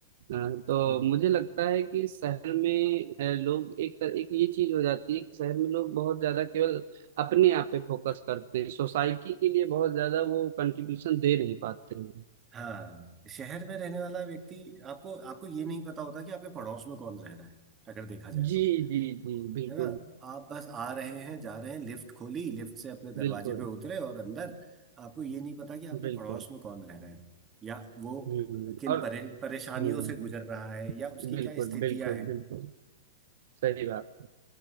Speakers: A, on the right; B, on the right.
A: हाँ, तो
B: तो
A: मुझे लगता है कि शहर में अ, लोग एक तर, एक ये चीज हो जाती है कि शहर में लोग बहुत ज्यादा केवल अपने आप पे फोकस करते हैं सोसाइटी के लिए बहुत ज्यादा वो कंट्रीब्यूशन दे नहीं पाते हैं
B: हाँ शहर में रहने वाला व्यक्ति आपको आपको ये नहीं पता होता कि आपके पड़ोस में कौन रह रहा है अगर देखा जाए तो
A: जी जी जी बिल्कुल
B: है ना आप बस आ रहे हैं जा रहे हैं लिफ्ट खोली लिफ्ट से अपने दरवाजे
A: बिल्कुल
B: पे उतरे और अंदर आपको ये नहीं पता कि आपके
A: बिल्कुल
B: पड़ोस में कौन रह रहा है या वो
A: हम्म,
B: किन
A: और
B: परे, परेशानियों
A: हम्म
B: से गुजर रहा है या उसकी
A: बिल्कुल
B: क्या स्थितियां
A: बिल्कुल
B: हैं
A: बिल्कुल सही बात है